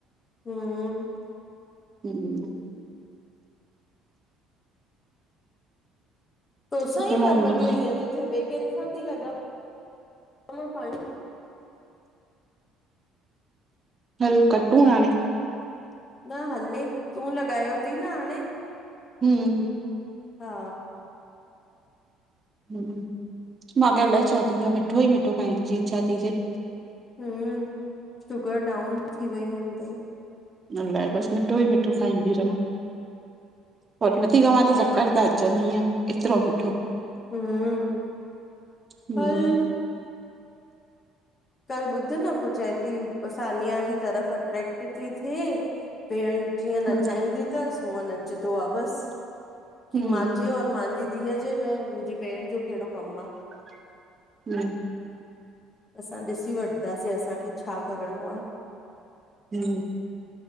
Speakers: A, on the left; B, on the right.
A: हूं
B: हूं
A: तोसां
B: सुठो
A: ई
B: न
A: पर
B: हूंदो
A: मधू ईअं थो थे ॿिए कंहिं सां थी लॻा मां पाण
B: हल कटूं हाणे
A: न हले तूं लॻायो थी न हाणे
B: हूं
A: हा
B: हूं मां खे अलाए छा थी वियो आ मिठो ई मिठो खाइण जी इच्छा थी थिए
A: हूं शुगर डाउन थी वई हूंदई।
B: न अलाए बसि मिठो ई मिठो खाईंदी रहवां। पो नथी खावां
A: हा,
B: त चक्कर था अचनि ईअं, एतिरो मिठो।
A: हुं
B: हम्म
A: हल कल्ह ॿुध न पो चए थी सानिया जी तरफ़ अट्रेक्ट थी थे। भेणि ॼीअं नचाईंदी
B: हम्म
A: तसि, हूअं नचदो आ बसि। कि
B: हम्म
A: माजें और मांजी धीअ जे में मुंहिंजी भेणि जो केहिड़ो कमु आ।
B: हम्म <unintelligible>
A: असां ॾिसी वठदासे, असांखे छा करिणो आ?
B: हम्म